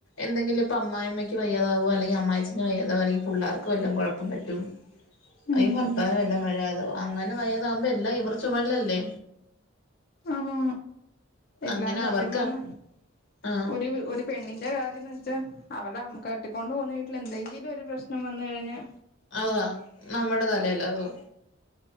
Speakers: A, on the left; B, on the left.
A: എന്തെങ്കിലും ഇപ്പൊ അമായി അമ്മയ്ക്ക് വയ്യാതാവോ അല്ലെങ്കിൽ അമ്മായിച്ച ന് ഏതാലും ഈ പുള്ളേർക്കും എല്ലാം കുഴപ്പം പറ്റും
B: ഉം
A: ഈ ഭർത്താവനും വല്ല കഴിയാത അങ്ങനെ വയ്യാതആകുമ്പോ എല്ലാ ഇവർ ചുമലില്ലേ
B: ആണോ എല്ലാം
A: അങ്ങനെ
B: പാത്യം
A: അവർക്കാ
B: പറഞ്ഞ
A: ആഹ്
B: ഒരു ഒരു പെണ്ണിന്റെ കാര്യം എന്ന് വെച്ചാൽ അവള കെട്ടിക്കൊണ്ട് പോകുന്ന വീട്ടിൽ എന്തെങ്കിലും ഒരു പ്രശ്നം വന്നു കഴിഞ്ഞൽ
A: അതാ നമ്മട തലയിലാകും